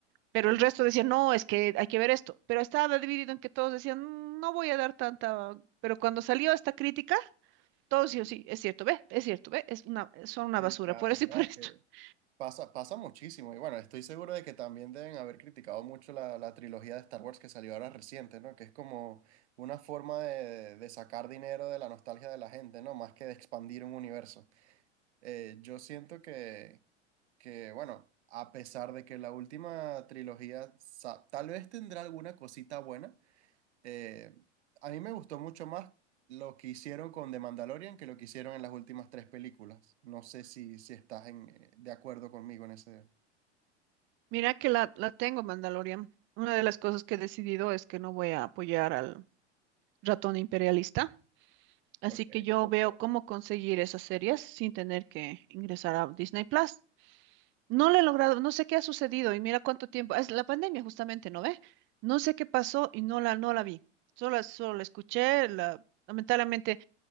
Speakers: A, on the right (about 35°); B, on the right (about 70°).
A: pero el resto decían, no, es que hay que ver esto. Pero estaba dividido en que todos decían, "Mm, no voy a dar tanta, pero cuando salió esta crítica, todo sí o sí, es cierto, ve, es cierto, ve, es una, son una
B: Sí,
A: basura,
B: claro.
A: por eso
B: No,
A: y por
B: es
A: esto.
B: que
A: <laughs>
B: pasa, pasa muchísimo. Y bueno, estoy seguro de que también deben haber criticado mucho la, la trilogía de Star Wars que salió ahora reciente, ¿no? Que es como una forma de, de sacar dinero de la nostalgia de la gente, ¿no? Más que de expandir un universo. Eh, yo siento que, que, bueno, a pesar de que la última trilogía sa- tal vez tendrá alguna cosita buena Eh, a mí me gustó mucho más lo que hicieron con The Mandalorian que lo que hicieron en las últimas tres películas. No sé si, si estás en, eh, de acuerdo conmigo en ese...
A: Mira que la, la tengo, Mandalorian. Una de las cosas que he decidido es que no voy a apoyar al ratón imperialista, así
B: Ok.
A: que yo veo cómo conseguir esas series sin tener que ingresar a Disney Plus. No lo he logrado, no sé qué ha sucedido y mira cuánto tiempo, es la pandemia justamente, ¿no ve? No sé qué pasó y no la, no la vi. Solo, solo la escuché, la, lamentablemente,